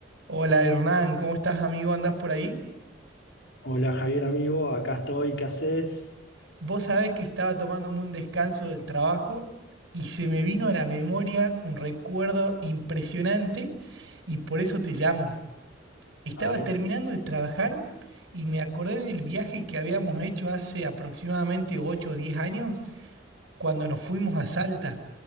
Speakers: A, on the right; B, on the left.
A: Hola Hernán, ¿cómo estás amigo? ¿Andás por ahí?
B: Hola Javier, amigo, acá estoy, ¿qué haces?
A: Vos sabés que estaba tomándome un descanso del trabajo y se me vino a la memoria un recuerdo impresionante y por eso te llamo. Estaba
B: A ver,
A: terminando de trabajar y me acordé del viaje que habíamos hecho hace aproximadamente 8 o 10 años cuando nos fuimos a Salta,